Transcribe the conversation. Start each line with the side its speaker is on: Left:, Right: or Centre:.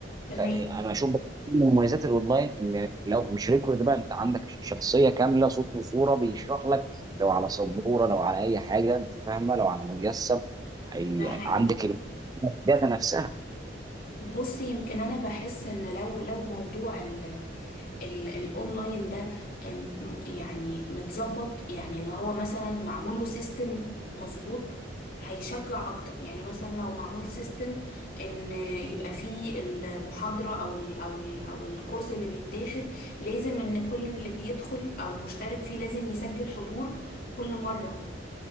Left: تمام
Right: فانا اشوف بقى من مميزات الاونلاين ان لو مش ريكورد بقى انت عندك شخصيه كامله صوت وصوره بيشرح لك لو على سبوره لو على اي حاجه انت فاهمه لو على مجسم هي
Left: ده
Right: يعني
Left: حقيقي
Right: عندك ال- الداتا نفسها
Left: بصي يمكن انا بحس ان لو لو موضوع ال ال- الاونلاين ده أم، م- يعني متظبط يعني اللي هو مثلا معمول له سيستم مظبوط هيشجع اكتر يعني مثلا لو معمول سيستم ان يبقى فيه المحاضرة او ال او ال او الكورس اللي بيتاخد لازم ان كل اللي بيدخل او مشترك فيه لازم يسجل حضور كل مرة